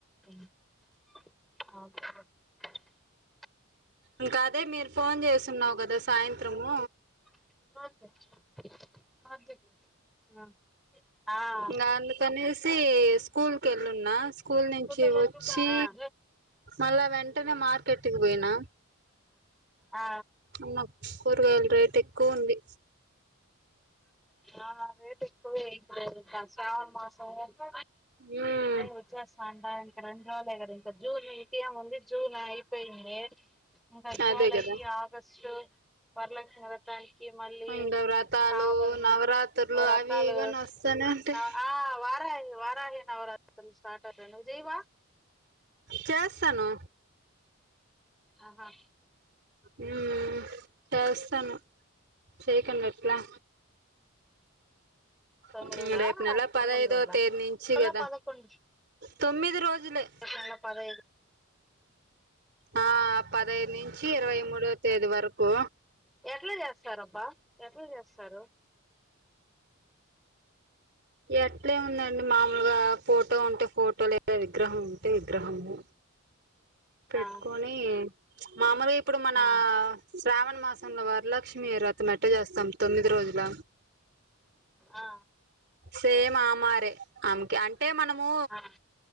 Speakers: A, in the centre; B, on the right.
A: అకు
B: ఇంకా అదే మీరు ఫోన్ చేస్తున్నావు కదా సాయంత్రము
A: <unintelligible> ఆ ఆ
B: ఇంగా అందుకనేసి స్కూల్ కి వెళ్ళున్నా స్కూల్ నుంచి
A: ఫోటోలు
B: వచ్చి
A: ఎత్తుకో.
B: మళ్ళా వెంటనే మార్కెట్ కి పోయినా
A: ఆ
B: అమ్మ కూరగాయలు రేట్ ఎక్కువ ఉంది
A: ఆ రేట్ ఎక్కువే ఇప్పుడు మ శ్రావణ మాసం ప
B: మ్మ్
A: వచ్చసాంటంక ఇంకా రస్ లోనే ఇంకా జూన్ ఇంక ఏ ముంది జూన్ అయిపోయింది ఇంకా జూలై
B: అదే కదా
A: ఆగస్ట్టు వరలక్ష్మి వ్రతాని కి మళ్ళీ
B: ఇంగ వ్రతాలు
A: సాములు నీ
B: నవరాత్రులు
A: వ్రతాలు
B: అవి ఇవని వస్తానే ఉంటాయి
A: నా ఆ వకి ఆ ఈ వారాహి నవరాత్రులు స్టార్ట్ అవుతాయి నువ్వు చెయ్యవా
B: చేస్తాను
A: ఆహా
B: హమ్ చేస్తాను చేయకండి ఎట్లా
A: తొమ్మిది
B: ఉమ్
A: రోజులా
B: రేపు నెల పదహైదవ
A: పదకొండు రోజులా
B: తేదీ నుంచి
A: నెల
B: కదా
A: పదకొండు
B: తొమ్మిది రోజులే
A: నెల పదైదు
B: ఆ పదిహైదు నుంచి ఇరవై మూడోవా తేదీ వరకు
A: ఎట్లా చేస్తారు అబ్బా ఎట్లా చేస్తారు
B: ఎట్లే ఎముదండి మామూలుగా ఫోటో ఉంటే ఫోటో లేదా విగ్రహం ఉంటే విగ్రహము పెట్కొని
A: ఆ
B: మామలుగా ఇప్పుడు మన
A: ఆ
B: శ్రావణ మాసంలో వారు వరలక్ష్మి రతం అయితే చేస్తాం తొమ్మిది రోజులా
A: ఆ
B: సేమ్ ఆమారే ఆమెకి అంటే మనము
A: ఆ